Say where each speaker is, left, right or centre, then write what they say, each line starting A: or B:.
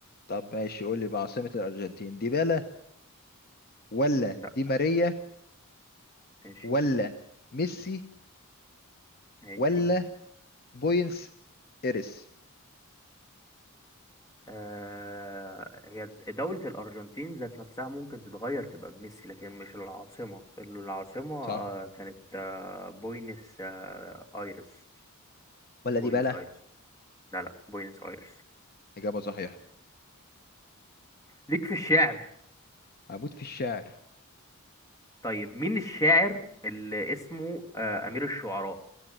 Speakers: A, on the left; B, on the left.
A: طب ماشي قول لي بقى عاصمه الارجنتين ديبالا ولا
B: لا
A: دي ماريا
B: ماشي
A: ولا ميسي
B: ماشي
A: ولا بوينس ايرس
B: آه هي دولة الأرجنتين ذات نفسها ممكن تتغير تبقى بميسي لكن مش العاصمة العاصمة آه
A: صح
B: كانت آه بوينس آه آيرس
A: ولا
B: بوينس
A: ديبالا
B: آيرس لا لا بوينس آيرس
A: اجابه صحيحه
B: ليك في الشعر
A: هموت في الشعر
B: طيب مين الشاعر اللي اسمه آه أمير الشعراء